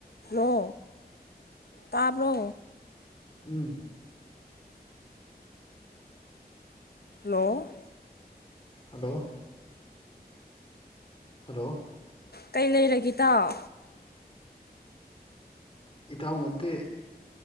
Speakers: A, on the left; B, on the left.
A: hello ꯇꯥꯕ꯭ꯔꯣ
B: ꯎꯝ
A: hello
B: hello hello
A: ꯀꯩ ꯂꯩꯔꯒꯦ ꯏꯇꯥꯎ
B: ꯏꯇꯥꯎ ꯅꯠꯇꯦ